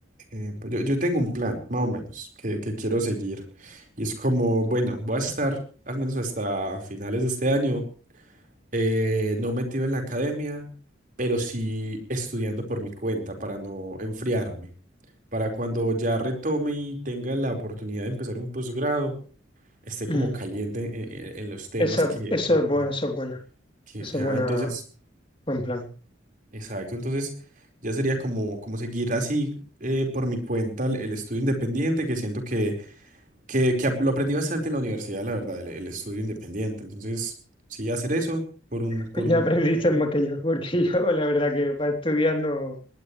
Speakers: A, on the right; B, on the left.
A: Eh, pues yo, yo tengo un plan, más o menos, que, que quiero seguir. Y es como, bueno, voy a estar al menos hasta finales de este año, eh, no metido en la academia, pero sí estudiando por mi cuenta para no enfriarme. Para cuando ya retome y tenga la oportunidad de empezar un posgrado, esté
B: Mm.
A: como caliente en, en- en los temas
B: Esa,
A: que,
B: eso es bueno,
A: que,
B: eso es buena.
A: que-
B: Eso
A: ah,
B: es buena
A: entonces,
B: Buen plan.
A: exacto, entonces ya sería como, como seguir así eh, por mi cuenta el el estudio independiente, que siento que que, que lo aprendí bastante en la universidad, la verdad, el, el estudio independiente. Entonces, sí, hacer eso por un, por
B: "Pues Ya
A: un
B: aprendiste
A: tiempo.
B: más que yo, porque <laughs> yo la verdad que para estudiar no,